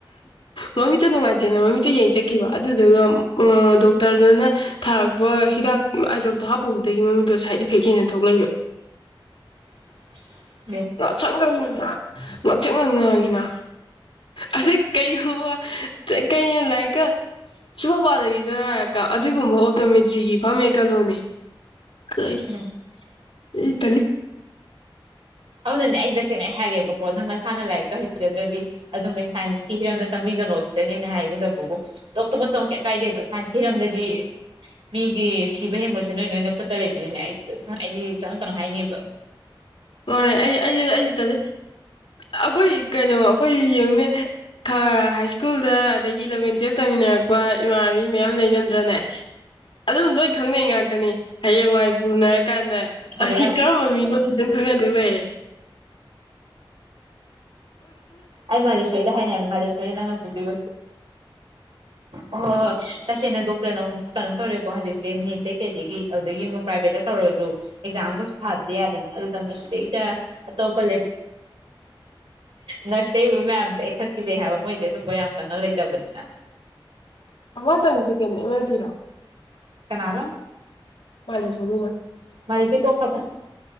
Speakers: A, on the left; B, on the right.
A: ꯃꯃꯤꯠꯇ ꯅꯨꯡꯉꯥꯏꯇꯦꯅ ꯃꯃꯤꯠꯇ ꯌꯦꯡꯖꯈꯤꯕ ꯑꯗꯨꯗꯨꯒ ꯑꯣ ꯗꯣꯛꯇꯔꯗꯨꯅ ꯊꯥꯔꯛꯄ ꯍꯤꯗꯥꯛ ꯑꯥꯏꯗ꯭ꯔꯣꯞꯇꯣ ꯍꯥꯞꯄꯨꯕꯗꯒꯤ ꯃꯃꯤꯠꯇꯣ ꯁꯥꯏꯠ ꯏꯐꯦꯛ ꯍꯦꯟꯅ ꯊꯣꯛꯂꯛꯕ
B: <inaudible>
A: ꯆꯪ ꯉꯥꯛꯆꯛ ꯉ ꯉꯥꯡꯉꯤꯅ ꯑꯁꯤ ꯀꯩꯒꯨꯝꯕ ꯀꯣ ꯂꯥꯏꯔꯤꯛꯀ ꯁꯨꯐꯥꯎ ꯄꯥꯗꯕꯤꯗꯣꯏꯀ ꯑꯗꯨꯒꯨꯝꯕ ꯑꯣꯞꯇꯣꯃꯦꯇ꯭ꯔꯤꯒꯤ ꯐꯝꯃꯦ ꯀꯜꯂꯣꯅꯦ ꯀꯥꯔꯤ
B: ꯎꯝ
A: ꯂꯩ ꯇꯅꯤ
B: ꯑꯗꯨꯅꯅꯦ ꯑꯩ ꯇꯁꯦꯡꯅ ꯍꯥꯏꯒꯦꯕꯀꯣ ꯅꯪ ꯅꯁꯥꯥꯟꯅ ꯂꯥꯏꯔꯤꯛꯦ ꯍꯩꯖꯗ꯭ꯔꯗꯤ ꯑꯗꯨꯃꯩ ꯁꯥꯏꯟꯁ ꯀꯤꯔꯦꯟꯅ ꯁꯪꯤꯒ ꯅꯣꯁꯦ ꯅꯅ ꯍꯥꯏ ꯅꯝꯕꯨꯕꯣ ꯇꯇꯣꯞ ꯇꯣꯞꯄ ꯆꯪꯛ ꯀꯩ ꯀꯥꯏꯗꯦꯕ ꯁꯥꯏꯟꯁꯀꯤ ꯍꯤꯔꯝꯗꯗꯤ ꯃꯤꯒꯤ ꯊꯤꯕ ꯍꯤꯡꯉꯁꯦ ꯅꯣꯏ ꯅꯣꯏ ꯈꯨꯠꯇ ꯂꯩꯕꯅꯤꯅꯦ ꯑꯩ ꯑꯩꯗꯤꯖ ꯀꯩꯅꯣ ꯍꯥꯏꯅꯤꯕ
A: ꯃꯥꯅꯦꯗꯗ ꯑꯩꯈꯣꯏ ꯀꯩꯅꯣ ꯑꯩꯈꯣꯏ ꯌꯦꯡꯅꯦ ꯈꯔ ꯍꯥꯏ ꯁ꯭ꯀꯨꯜꯗ ꯑꯗꯒꯤ ꯏꯂꯚꯦꯟ ꯇꯨꯌꯦꯜꯞ ꯇꯧꯃꯤꯟꯅꯔꯛꯄ ꯏꯃꯥꯟꯅꯕꯤ ꯃꯌꯥꯝ ꯂꯩꯅꯗ꯭ꯔꯅꯦ ꯑꯗꯨꯝ ꯂꯣꯏ ꯈꯪꯅꯩ ꯉꯥꯛꯇꯅꯤ ꯍꯌꯦꯡꯋꯥꯏ ꯄꯨꯅꯔꯀꯥꯟꯗ
B: ꯑꯗꯨꯒ
A: ꯑꯁꯤ ꯀꯔꯝꯕ ꯃꯤꯅꯣꯝ ꯃꯦ
B: ꯑꯩ ꯃꯥꯦꯁꯔꯤꯗ
A: ꯐꯪꯈꯤꯕꯁꯤꯗꯤ
B: ꯍꯥꯏꯅꯦꯕ ꯃꯥꯂꯁꯔꯤ ꯅꯪꯅ ꯄꯨꯗꯣꯏ ꯍꯣꯏ ꯍꯣꯏ ꯇꯁꯦꯡꯅ ꯗꯣꯛꯇꯔꯅ ꯑꯃꯨꯛ ꯀꯩꯅꯣ ꯇꯧꯔꯦꯀꯣ ꯍꯧꯖꯤꯛꯁꯦ ꯅꯦꯠꯇꯇꯩ ꯀꯩꯗꯒꯤ ꯑꯗꯨꯗꯒꯤ ꯑꯃꯨꯛ ꯄ꯭ꯔꯥꯏꯚꯦꯠꯇ ꯇꯧꯔꯁꯨ ꯑꯦꯛꯖꯥꯝꯒꯁꯨ ꯊꯥꯗ꯭ꯔ ꯌꯥꯗꯅ ꯑꯗꯨꯗ ꯃꯁꯤꯗꯩꯗ ꯑꯇꯣꯞꯄ ꯅꯔꯁꯇ ꯑꯣꯏꯕ ꯃꯌꯥꯝꯁꯦ ꯑꯩ ꯈꯛꯈꯤꯗꯩ ꯍꯥꯏꯕ ꯃꯣꯏꯗꯤ ꯑꯗꯨꯝꯕ ꯌꯥꯝ ꯀꯟꯅ ꯂꯩꯇꯕꯅꯤꯅ
A: ꯃ ꯇꯉ ꯆ ꯀꯦꯅꯦ <unintelligible>
B: ꯀꯅꯥꯂ
A: ꯃꯥꯂꯦꯁ ꯔꯃ
B: ꯃꯔꯤ ꯁꯤ ꯇꯣ ꯈꯕꯔ